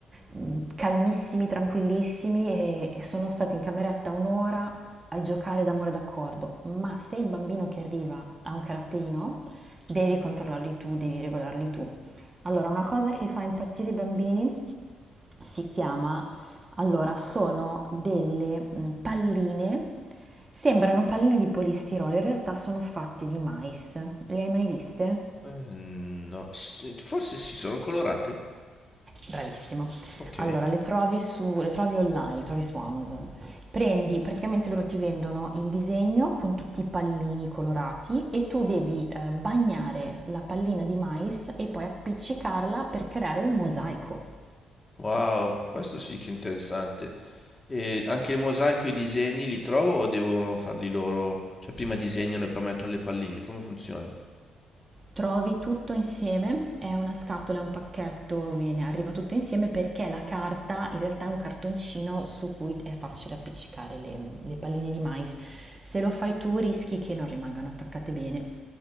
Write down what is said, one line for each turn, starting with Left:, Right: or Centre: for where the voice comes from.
Right: mh, calmissimi, tranquillissimi e, e sono stati in cameretta un'ora a giocare d'amore d'accordo, ma se il bambino che arriva ha un caratterino, devi controllarli tu, devi regolarli tu. Allora, una cosa che fa impazzire i bambini si chiama, allora, sono delle mh, palline, sembrano palline di polistirolo, in realtà sono fatte di mais. Le hai mai viste?
Left: Eh, no, Sì, forse sì, sono colorate.
Right: Bravissimo.
Left: Ok.
Right: Allora, le trovi, su, le trovi online, le trovi su Amazon. Prendi, praticamente loro ti vendono il disegno con tutti i pallini colorati e tu devi eh, bagnare la pallina di mais e poi appiccicarla per creare un mosaico.
Left: Wow, questo sì che è interessante. E anche il mosaico e i disegni li trovo o devono farli loro? Cioè prima disegnano e poi mettono le palline, come funziona?
Right: trovi tutto insieme, è una scatola, è un pacchetto, viene, arriva tutto insieme perché la carta in realtà è un cartoncino su cui è facile appiccicare le, le palline di mais. Se lo fai tu rischi che non rimangano attaccate bene.